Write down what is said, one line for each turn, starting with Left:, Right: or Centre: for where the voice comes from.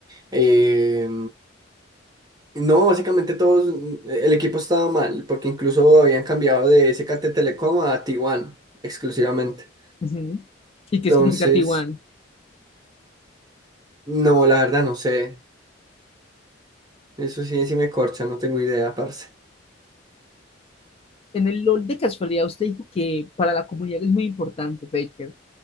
Right: Eh, no, básicamente todos, mm, el equipo estaba mal, porque incluso habían cambiado de SKT Telecom a T1 exclusivamente.
Left: Ujú. ¿Y qué
Right: Entonces,
Left: significa T1?
Right: no, la verdad no sé. Eso sí, sí me corcha, no tengo idea, parce.
Left: En el LOL de casualidad usted dijo que para la comunidad es muy importante, Faker.